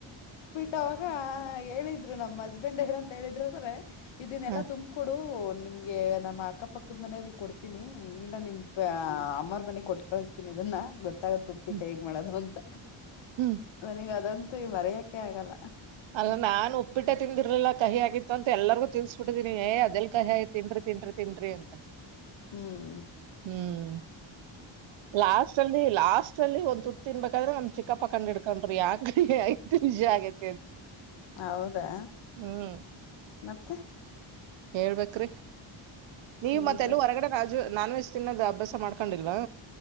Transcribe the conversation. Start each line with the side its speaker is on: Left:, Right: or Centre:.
Left: ಆ ಅವಾಗ ಹೇಳಿದ್ದ. ನಮ್ ಹಸ್ಬೆಂಡ್ ಏನ್ ಅಂತ ಹೇಳಿದ್ರರು ಅಂದ್ರೆ ಇದನ್ನೆಲ್ಲ
Right: ಹ
Left: ತುಂಬ್ಕ ಕೊಡು ನಿಮ್ಗೆ ನಮ್. ಅಕ್ಕ ಪಕ್ಕದ ಮನ ಕೊಡ್ತೀನಿ ಇಲ್ಲ ನಿಮ್ ಅಮ್ಮರ್ ಮನಿ ಕೊಟ್ಟ ಕಳಿಸತಿನಿ ಇದನ್ನ ಗೊತ್ತ. ತ್ತಾಗ ಉಪ್ಪಿಟ್ಟ
Right: ಹ್ಮ್
Left: ಹೇಗ್ ಮಾಡೋದು ಅಂತ
Right: ಹ್ಮ್
Left: ನನಗ ಅದಂತೂ ಈ ಮರೆಯಕೆ ಆಗಲ್ಲ.
Right: ಅಲ್ಲ ನಾನ್ ಉಪ್ಪಿಟ್ಟ ತಿಂದಿರ್ಲಿಲ್ಲ ಕಹಿ ಆಗಿತ್ತು ಅಂತ ಎಲ್ಲಾರಿಗೂ. ತಿನ್ಸ್ಬಿಟ್ಟಿದ್ದೀನಿ ಏ ಅದೆಲ್ ಕಾಯಿ ತಿನ್ರಿ ತಿನ್ರಿ ತಿನ್ರಿ ಅಂತ.
Left: ಹ್ಮ್
Right: ಹ್ಮ್ ಲಾಸ್ ಅಲ್ಲಿ ಲಾಸ್ಟ್. ಲಾಸ್ಟಲಿ ಒಂದ ತು ತಿನ್ಬೇಕಾದ್ರೆ ನಮ್ ಚಿಕ್ಕಪ್ಪಾಕಂಡ್ ಹಡ್ಕೊಂಡ್ ಯಾಕೆ ಕಹಿ ವಿಜಿ ಆಗೈತಿ.
Left: ಹೌದಾ
Right: ಹ್ಮ್
Left: ಮತ್ತೆ.
Right: ಹೇಳ್ಬೇಕ್ರಿ ನೀವ
Left: ಈ
Right: ಮತ್ತೆಲ್ಲ
Left: ಡ್ರೆಸ್
Right: ಹೊರಗಡೆ ರಾಜು. ನಾನ್ ವೆಜ್ ತಿನ್ನೋದು ಅಭ್ಯಾಸ ಮಾಡ್ಕೊಂಡಿಲ್ವಾ.